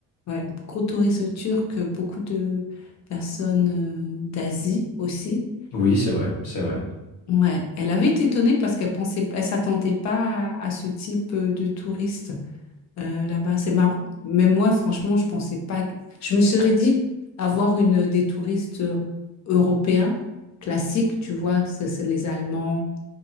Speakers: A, on the left; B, on the left.
A: ouais, gros tourisme turc, euh, beaucoup de personnes euh, d'Asie aussi.
B: Oui, c'est vrai, c'est vrai.
A: Ouais, elle avait été étonnée parce qu'elle pensait, elle s'attendait pas à, à ce type euh, de touriste euh, là-bas. C'est marrant. Même moi, franchement, je pensais pas. que- Je me serais dit avoir une euh, des touristes euh, européens classiques, tu vois, ça, c'est les Allemands,